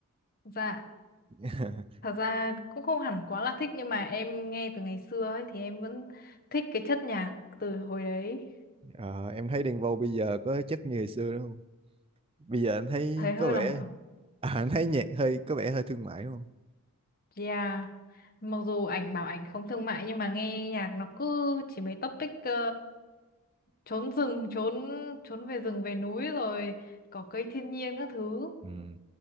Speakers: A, on the left (about 40°); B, on the right (about 25°).
A: Dạ,
B: <laughs>
A: thật ra cũng không hẳn quá là thích nhưng mà em nghe từ ngày xưa ấy thì em vẫn thích cái chất nhạc từ hồi đấy.
B: Ờ, em thấy Đen Vâu bây giờ có chất như hồi xưa đúng không? Bây giờ anh thấy
A: Thấy hơi
B: có vẻ...
A: lòng vòng.
B: <laughs> À, anh thấy nhạc hơi có vẻ hơi thương mại đúng không?
A: Yeah. Mặc dù ảnh bảo ảnh không thương mại nhưng mà nghe nhạc nó cứ chỉ mấy topic ờ, trốn rừng, trốn trốn về rừng về núi rồi cỏ cây thiên nhiên các thứ.
B: Ừ.